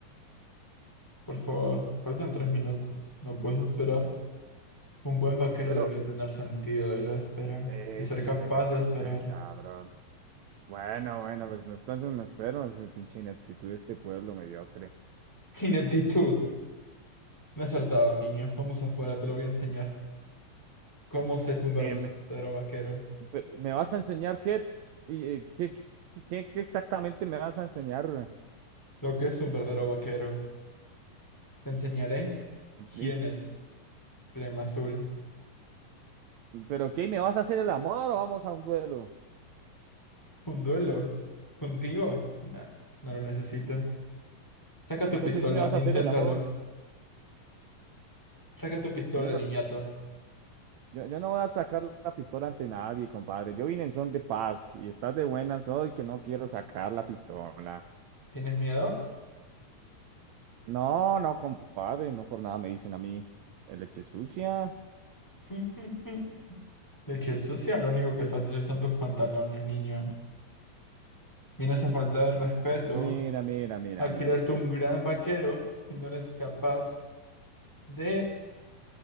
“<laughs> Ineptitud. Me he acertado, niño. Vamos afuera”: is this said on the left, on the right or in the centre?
Centre